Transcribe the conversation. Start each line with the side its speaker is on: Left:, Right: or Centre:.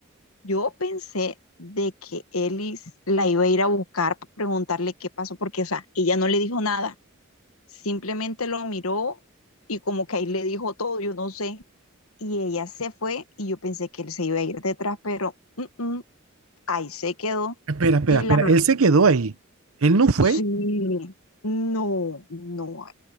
Left: Yo pensé de que Ellis la iba a ir a buscar para preguntarle qué pasó, porque, o sea, ella no le dijo nada, simplemente lo miró y como que ahí le dijo todo, yo no sé, y ella se fue y yo pensé que él se iba a ir detrás, pero mm, mm, ahí se quedó.
Right: Espera, espera,
Left: Y
Right: espera,
Left: la,
Right: él se quedó ahí, él no fue.
Left: Sí, no, no, no,